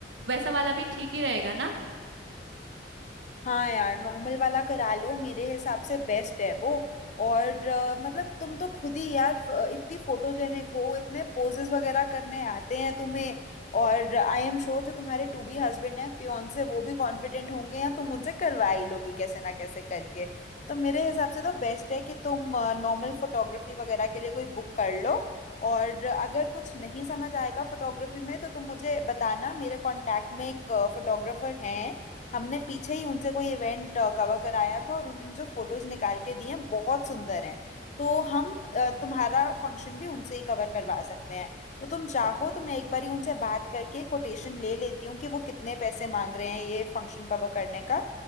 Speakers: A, on the right; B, on the left.
A: वैसा वाला भी ठीक ही रहेगा ना
B: हाँ यार नॉर्मल वाला करा लो मेरे हिसाब से बेस्ट है वो और अ, मतलब तुम तो खुद ही यार फ- अ, इतनी फोटोजेनिक हो इतने पोजेस वगैरह करने आते हैं तुम्हें और आई एम श्योर जो तुम्हारे टू बी हस्बैंड हैं फियोन्से वो भी कॉन्फिडेंट होंगे या तुम उनसे करवा ही लोगी कैसे ना कैसे करके तो मेरे हिसाब से तो बेस्ट है कि तुम नॉर्मल फोटोग्राफी वगैरह के लिए कोई बुक कर लो और अगर कुछ नहीं समझ आएगा फोटोग्राफी में तो तुम मुझे बताना मेरे कांटेक्ट में एक फोटोग्राफर हैं हमने पीछे ही उनसे कोई इवेंट कवर कराया था और उन्होंने जो फोटोज निकाल के दिए हैं बहुत सुंदर हैं तो हम अ, तुम्हारा फंक्शन भी उनसे ही कवर करवा सकते हैं तो तुम चाहो तो मैं एक बारी उनसे बात करके कोटेशन ले लेती हूँ कि वो कितने पैसे मांग रहे हैं ये फंक्शन कवर करने का